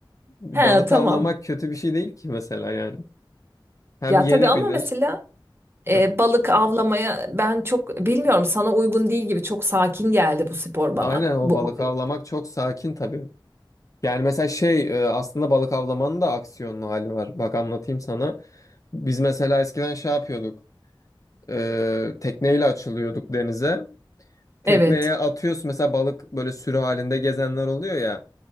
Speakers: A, on the left; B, on the right.
A: Balık
B: <laughs> He tamam.
A: avlamak kötü bir şey değil ki mesela yani. Hem
B: Ya
A: yenebilir.
B: tabii ama mesela e,
A: Hı.
B: balık avlamaya ben çok bilmiyorum sana uygun değil gibi çok sakin geldi bu spor bana.
A: Aynen o
B: Bu
A: balık
B: hobi.
A: avlamak çok sakin tabii. Yani mesela şey e, aslında balık avlamanın da aksiyonlu hali var. Bak anlatayım sana. Biz mesela eskiden şey yapıyorduk. e, tekneyle açılıyorduk denize. Tekneye
B: Evet.
A: atıyorsun mesela balık böyle sürü halinde gezenler oluyor ya.